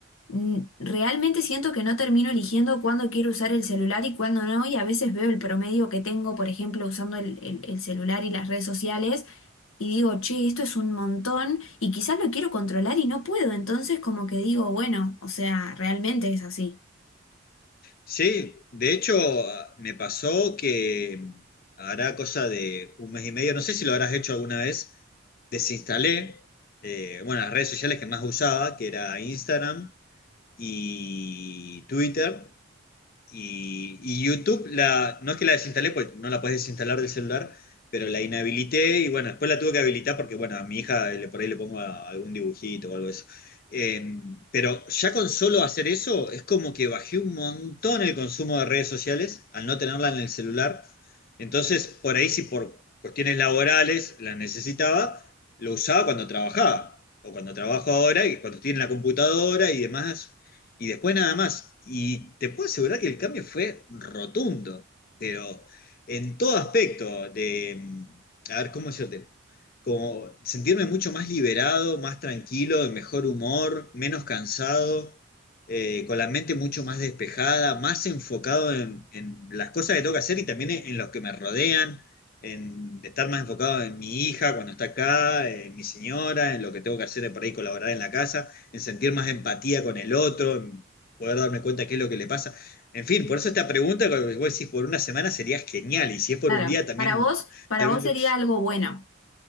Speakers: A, on the left; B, on the left.
A: mm, realmente siento que no termino eligiendo cuándo quiero usar el celular y cuándo no, y a veces veo el promedio que tengo, por ejemplo, usando el, el- el celular y las redes sociales, y digo, che, esto es un montón, y quizás lo quiero controlar y no puedo, entonces como que digo, bueno, o sea, realmente es así.
B: Sí, de hecho, me pasó que hará cosa de un mes y medio, no sé si lo habrás hecho alguna vez, desinstalé, eh, bueno, las redes sociales que más usaba, que era Instagram y Twitter. Y, y YouTube, la, no es que la desinstalé, pues no la puedes desinstalar del celular, pero la inhabilité y bueno, después la tuve que habilitar porque bueno, a mi hija le- por ahí le pongo a- algún dibujito o algo de eso. Eh, pero ya con solo hacer eso, es como que bajé un montón el consumo de redes sociales al no tenerla en el celular. Entonces, por ahí si por cuestiones laborales la necesitaba, lo usaba cuando trabajaba o cuando trabajo ahora y cuando estoy en la computadora y demás y después nada más. Y te puedo asegurar que el cambio fue rotundo, pero en todo aspecto de, mm, a ver, ¿cómo yo te? Como sentirme mucho más liberado, más tranquilo, de mejor humor, menos cansado, eh, con la mente mucho más despejada, más enfocado en, en las cosas que tengo que hacer y también en, en los que me rodean, en estar más enfocado en mi hija cuando está acá, en mi señora, en lo que tengo que hacer para ir colaborar en la casa en sentir más empatía con el otro, en poder darme cuenta qué es lo que le pasa. En fin, por eso esta pregunta, cuando vos decís, por una semana sería genial, y si es por
A: Claro,
B: un día también,
A: para vos, para
B: también
A: vos sería
B: lo-
A: algo bueno.